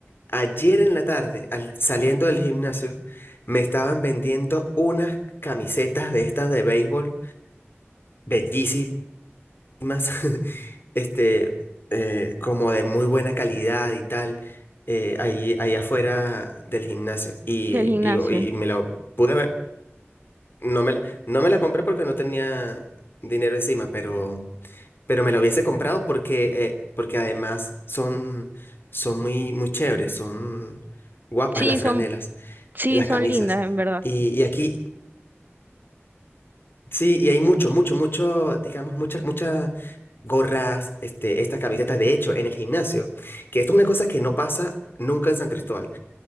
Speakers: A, on the left (about 55°); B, on the right (about 45°).
A: ayer en la tarde, al, saliendo del gimnasio, me estaban vendiendo unas camisetas de estas de béisbol, bellísimas, <laughs> este, eh, como de muy buena calidad y tal, eh, ahí, ahí afuera del gimnasio. Y,
B: del gimnasio.
A: y, y me la pude ver, no me la, no me la compré porque no tenía dinero encima, pero... pero me lo hubiese comprado porque, eh, porque además son, son muy, muy chéveres, son guapas
B: Sí,
A: las franelas,
B: son, sí,
A: eh, las
B: son
A: camisas.
B: lindas, en verdad.
A: Y, y aquí, sí, y hay mucho, mucho, mucho, digamos, muchas, muchas gorras, este, estas camisetas, de hecho, en el gimnasio, que esto es una cosa que no pasa nunca en San Cristóbal